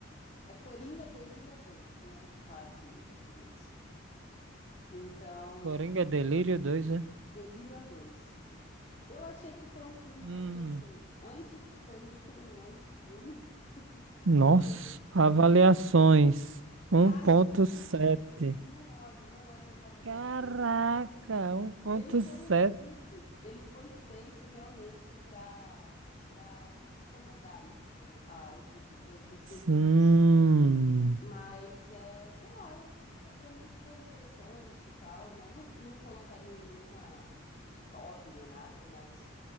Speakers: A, on the left; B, on the right.
A: é Coringa Delírio a dois, né, que tá aqui em português. Então,
B: Coringa Delírio dois né?
A: Delírio a 2. é. Eu achei que foi um filme,
B: Hum.
A: vamos dizer assim, anti, foi meio que um anti-filme
B: Nossa,
A: Ele meio que,
B: avaliações
A: tipo assim,
B: um
A: ai,
B: ponto
A: não,
B: sete.
A: não, não olhe, não olhe as avaliações
B: Caraca,
A: agora.
B: um 1.7.
A: Ele foi um filme, ele foi feito realmente para para incomodar mesmo a, o público, eu percebi
B: Hum,
A: isso. Mas, é, sei lá, eu, eu para mim foi interessante e tal, né? Não, não colocaria em nenhuma lista de top nem nada, mas